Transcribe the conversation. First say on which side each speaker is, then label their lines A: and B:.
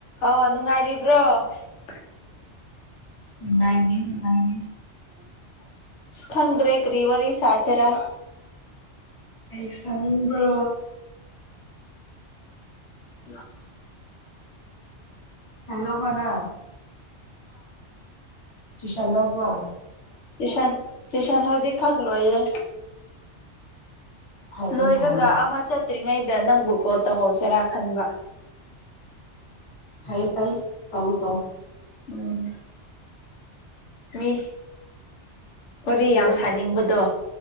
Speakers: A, on the left; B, on the left.
A: ꯑ ꯅꯨꯡꯉꯥꯏꯔꯤꯕ꯭ꯔꯣ <unintelligible>
B: ꯅꯦ ꯎꯅꯤ <unintelligible>
A: ꯈꯪꯗꯔꯦ ꯀꯔꯤ ꯋꯥꯔꯤ ꯁꯥꯁꯤꯔꯥ
B: ꯑꯩꯁꯥꯅꯤꯡꯕ꯭ꯔꯣ
A: ꯌꯥ <unintelligible>
B: ꯍꯂꯣ ꯍꯅꯥ ꯀꯤꯁꯟ ꯂꯕ
A: ꯇ꯭ꯌꯨꯁꯟ ꯇ꯭ꯌꯨꯁꯟ ꯍꯧꯖꯤꯛ ꯈ ꯂꯣꯏꯔꯦ
B: ꯐꯩꯌꯦ
A: ꯂꯣꯏꯔꯒ
B: ꯍꯥꯏ
A: ꯑꯃ ꯆꯠꯇ꯭ꯔꯤꯉꯩꯗ ꯅꯪꯕꯨ ꯀꯣꯜ ꯇꯧꯍꯧꯁꯤꯔꯥ ꯈꯟꯕ
B: ꯐ ꯐ ꯀꯧ ꯇꯣ
A: ꯎꯝ ꯃꯤ ꯋꯥꯔꯤ
B: ꯗ꯭ꯔꯦꯁ
A: ꯌꯥꯝ ꯁꯥꯅꯤꯡꯕꯗꯣ